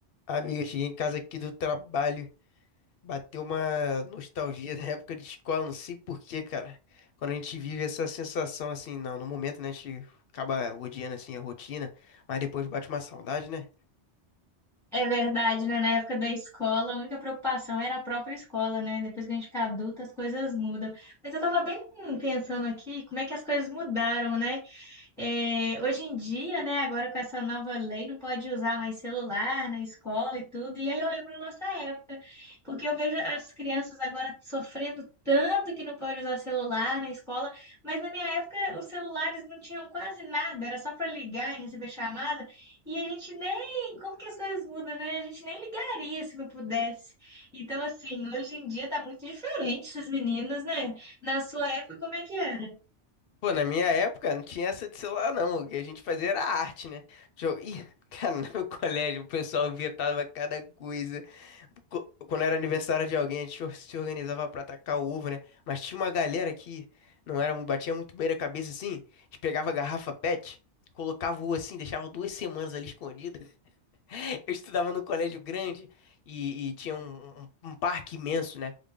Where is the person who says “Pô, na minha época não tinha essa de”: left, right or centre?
Left